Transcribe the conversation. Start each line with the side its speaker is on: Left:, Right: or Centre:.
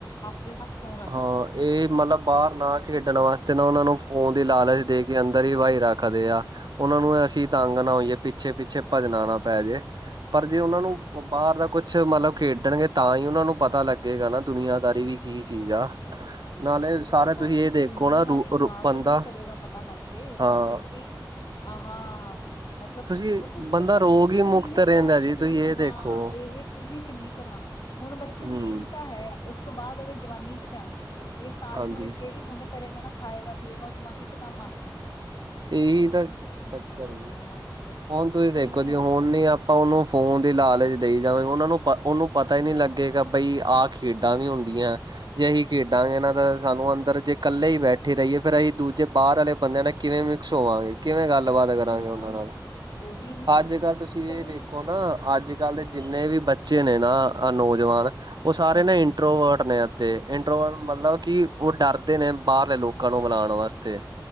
Left: ਤੇ ਹੱਥੋਂ ਗ -
Right: ਹਾਂ, ਇਹ ਮਤਲਬ- ਬਾਹਰ ਨਾ ਖੇਡਣ ਵਾਸਤੇ ਨਾ ਉਹਨਾ ਨੂੰ ਫ਼ੋਨ ਦੀ ਲਾਲਚ ਦੇ ਕੇ ਅੰਦਰ ਹੀ ਵਹੀ ਰੱਖਦੇ ਆ। ਉਹਨਾਂ ਨੂੰ ਅਸੀ ਤੰਗ ਨਾ ਹੋਈਏ, ਪਿੱਛੇ -ਪਿੱਛੇ ਭੱਜਣਾ ਨਾ ਪੈ ਜੇ ਪਰ ਜੇ ਉਹਨਾ ਨੂੰ ਬਾਹਰ ਦਾ ਕੁਛ ਮਤਲਬ ਖੇਡਣਗੇ ਤਾਂ ਹੀ ਉਹਨਾ ਨੂੰ ਪਤਾ ਲੱਗੇਗਾ ਨਾ। ਦੁਨੀਆਂਦਾਰੀ ਵੀ ਕੀ ਚੀਜ ਆ, ਨਾਲੇ- ਸਾਰਾ
Left: ਉਹ ਤਾਂ
Right: ਤੁਸੀਂ ਇਹ ਦੇਖੋ
Left: ਦੁਨੀਆਂਦਾਰੀ
Right: ਨਾ ਰੂ
Left: ਜਵਾਕ
Right: ਰੂ ਬੰਦਾ
Left: ਹੀ ਕਰੇਗਾ ਪਤਾ ਕਰਕੇ,
Right: ਹਾਂ
Left: ਪਰ ਫਿਰ ਵੀ- ਆਹ - ਮਤਲਬ,
Right: ਤੁਸੀਂ
Left: ਉਹਦੇ ਮਤਲਬ
Right: ਬੰਦਾ ਰੋਗ
Left: ਇਕ
Right: ਹੀ
Left: ਸਰੀਰਕ
Right: ਮੁਕਤ ਰਹਿੰਦਾ
Left: ਹੈ ਨਾ
Right: ਜੀ
Left: ਸਰੀਰਕ
Right: ਤੁਸੀਂ ਇਹ ਦੇਖੋ।
Left: ਹਾਂ ਇਹ- ਪੂਰੀ ਚੰਗੀ ਤਰ੍ਹਾਂ, ਹੁਣ ਬੱਚੇ
Right: ਹੂੰ
Left: ਦੀ ਇਹੀ ਤਾਂ ਹੈ। ਇਸ ਤੋਂ ਬਾਅਦ ਉਹਨੇ ਜਵਾਨੀ 'ਚ ਜਾਣਾ ਹੈ। ਉਹ ਇਸ- ਸਾਰੀ
Right: ਹਾਂਜੀ
Left: ਹੁਣ ਜਿਹੜੀ ਹੁਣ ਕਰੇਗਾ ਨਾ ਖਾਏਗਾ ਪੀਏਗਾ ਉਹ ਜਵਾਨੀ 'ਚ ਕੰਮ ਆਣ ਗਏ-
Right: ਇਹੀ ਤਾਂ, ਚੱਕਰ ਜੀ
Left: ਆਉਣਾ ਬਸ
Right: ਹੁਣ ਤੁਸੀ ਦੇਖੋ
Left: ਇਵੇਂ
Right: ਜੀ
Left: ਆ
Right: ਹੁਣ ਨੀ ਆਪ- ਆਪਾਂ ਉਹਨੂੰ ਫੋਨ ਦੀ ਲਾਲਚ ਦੇਈ ਜਾਵਾਂਗੇ, ਉਹਨਾ ਨੂੰ ਪ, ਉਹਨੂੰ ਪਤਾ ਹੀ ਨਹੀ ਲੱਗੇਗਾ ਬਈ ਆਖ- ਖੇਡਾਂ ਵੀ ਹੁੰਦੀਆਂ। ਜੇ ਅਸੀ ਖੇਡਾਂਗੇ ਨਾ ਤਾਂ ਸਾਨੂੰ ਅੰਦਰ ਜੇ ਇਕਲੇ ਹੀ ਬੈਠੀ ਰਹੀਏ ਫ਼ਿਰ ਅਸੀ ਦੂਜੇ ਬਾਹਰ ਵਾਲੇ ਬੰਦਿਆਂ ਨੇ- ਕਿਵੇ ਮਿਕਸ ਹੋਵਾਂਗੇ, ਕਿਵੇ ਗੱਲਬਾਤ
Left: ਉਹੀ
Right: ਕਰਾਂਗੇ
Left: ਨਾ
Right: ਉਹਨਾਂ ਨਾਲ,
Left: ਉਹੀ ਮਤਲਬ
Right: ਅਜ ਕਲ ਤੁਸੀ
Left: ਚਲੋ
Right: ਇਹ ਵੇਖੋ ਓ ਨਾ, ਅਜ ਕਲ ਦੇ ਜਿਨੇ ਵੀ ਬੱਚੇ ਨੇ ਨਾ, ਆ ਨੌਜੁਵਾਨ- ਉਹ ਸਾਰੇ
Left: ਹਮ
Right: ਨੇ ਇੰਟਰੋਵਰਟ ਨੇ- ਤੇ ਇੰਟਰੋ ਮਤਲਬ ਕਿ ਉਹ ਡਰਦੇ ਨੇ ਬਾਹਰਲੇ ਲੋਕਾਂ ਨੂੰ ਬੁਲਾਉਣ ਵਾਸਤੇ-